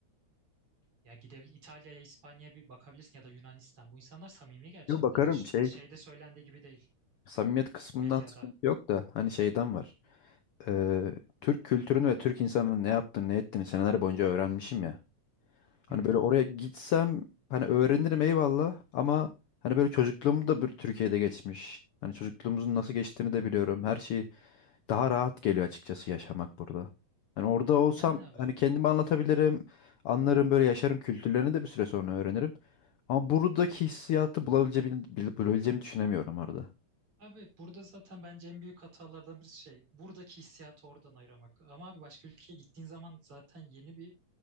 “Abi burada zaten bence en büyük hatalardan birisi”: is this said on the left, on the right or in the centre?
Right